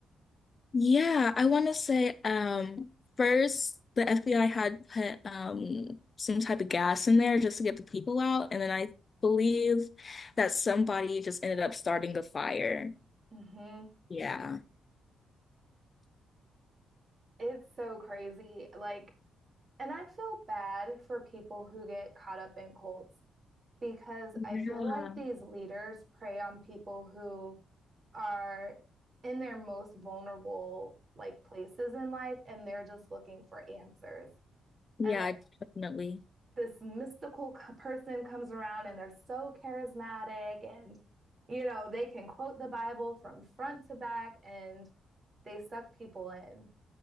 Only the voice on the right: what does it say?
hmm
It's so crazy. Like, and I feel bad for people who get caught up in cults because I
feel like these leaders prey on people who are in their most vulnerable like places in life and they're just looking for answers.
And then
this mystical person comes around and they're so charismatic and you know, they can quote the Bible from front to back and they suck people in.